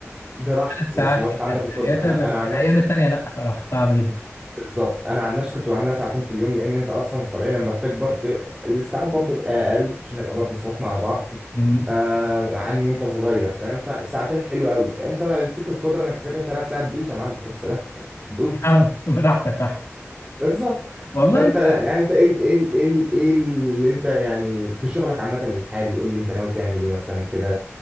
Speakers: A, on the right (about 20°); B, on the left (about 65°).
A: براحتك
B: ثلاث ساعات
A: يس لو
B: في
A: انت
B: ال-
A: عندك
B: في
A: القدره
B: الاجازه
A: انا
B: بس
A: انا عن
B: الايام
A: نفسي
B: التانيه لا صراحه صعب جدا
A: بالظبط انا عن نفسي كنت بعملها ساعتين في اليوم لان انت اصلا طبيعي لما بتكبر بيبقى الاستيعاب برضه بيبقى اقل عشان نبقى برضه صراحة مع بعض
B: جميل
A: آه عن وانت صغير فاهم فساعتين حلو قوي انت الفكره القدره انك تذاكر ثلاث ساعات دوس يا معلم يا سلام <laughs> دوس
B: <laughs> اه براحتك صح
A: بالظبط
B: والله
A: فانت
B: انت
A: يعني انت ايه ايه ايه ايه اللي انت يعني في شغلك عامه الحالي قول لي انت ناوي تعمل ايه مثلا كده